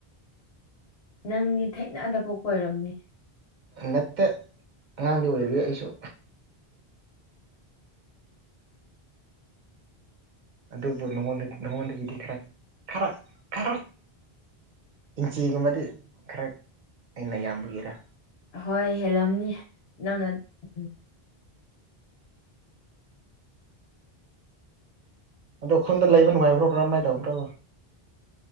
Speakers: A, on the left; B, on the right.
A: ꯅꯪꯗꯤ ꯊꯩꯅꯗꯕꯣꯛ ꯑꯣꯏꯣꯏꯔꯝꯅꯤ
B: ꯅꯠꯇ ꯑꯉꯥꯡꯗꯤ ꯑꯣꯏꯔꯏ ꯑꯩꯁꯨ ꯑꯗꯨꯕꯨꯉ ꯅꯉꯣꯟꯗꯒꯤꯗꯤ ꯈꯔ ꯈꯔ ꯈꯔ ꯏꯟꯆꯤꯒꯨꯝꯕꯗꯤ ꯈꯔ ꯑꯩꯅ ꯌꯥꯝꯕꯒꯤꯔ
A: ꯍꯣꯏ ꯍꯦꯜꯂꯝꯅꯤ ꯅꯪꯅ ꯎꯝ
B: ꯑꯗꯣ ꯈꯨꯟꯗ ꯂꯩꯕ ꯅꯨꯡꯉꯕꯣꯕ꯭ꯔꯥꯝꯃꯥꯏ ꯇꯧꯕꯕ꯭ꯔꯣ